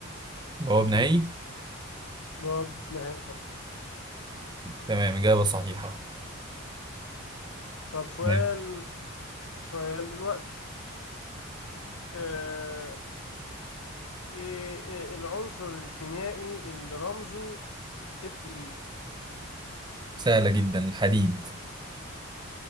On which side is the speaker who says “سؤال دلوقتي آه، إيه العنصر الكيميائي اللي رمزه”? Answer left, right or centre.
Left